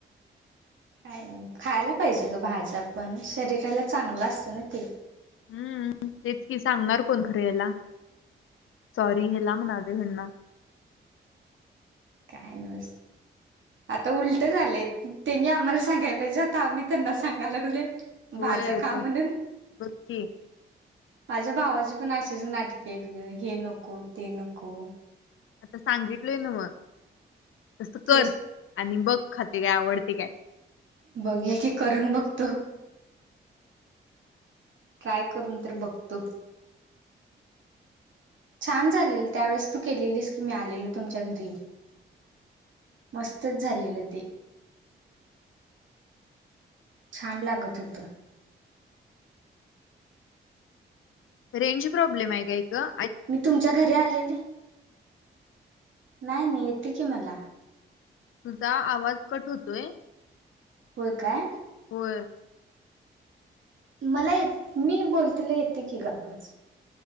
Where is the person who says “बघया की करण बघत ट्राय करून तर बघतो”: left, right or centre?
Right